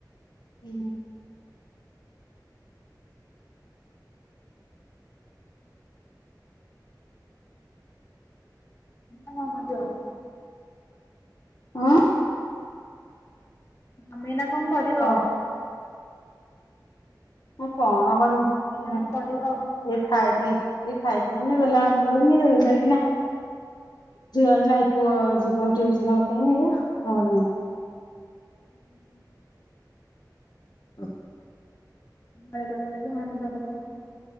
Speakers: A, on the left; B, on the left.
A: ହୁଁ।
B: ହୁଁ <unintelligible>
A: ଅଁ
B: ଆଇନା କଣ କରିବ?
A: ହଁ ମୁଁ କଣ କରିମି
B: ତମେ ଏଇନା କଣ କରିବ?
A: ଏ ଖାଇକି ଏ ଖାଇ କୋଉନି ବେଲଣା କଂସ ଧୋଇ କାଇଁକିନା ଝିଅର ନାଇଁ ପୁଅ ଯିବ ଟିଉସନ <unintelligible>
B: ହୁଁ <unintelligible>
A: ହଁ।
B: ମଳେ ତ କଣ ଲାଗିବ ହାତ ଫାତ ବସ।